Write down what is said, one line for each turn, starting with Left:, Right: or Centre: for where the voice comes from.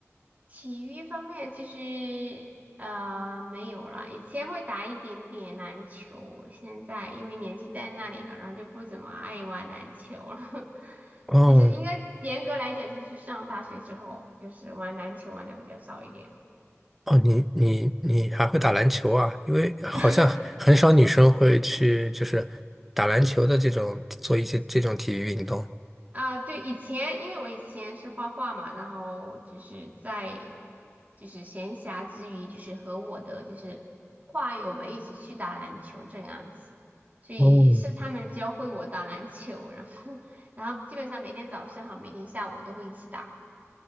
Right: 体育方面其实呃没有啦，以前会打一点点篮球，现在因为年纪在那里了，然后就不怎么爱玩篮球了。<laughs>
Centre: 哦
Right: 就是应该严格来讲，就是上大学之后，就是玩篮球玩的比较少一点。
Centre: 哦，你你你还会打篮球啊？因为好像很少女生会去就是打篮球的这种做一些这种体育运动。
Right: <laughs> 啊，对，以前因为我以前是画画嘛，然后就是在就是闲暇之余，就是和我的就是画友们一起去打篮球这样子，所以是他们教会我打篮球，
Centre: 哦，
Right: 然后 <laughs> 然后基本上每天早上和每天下午都会一起打。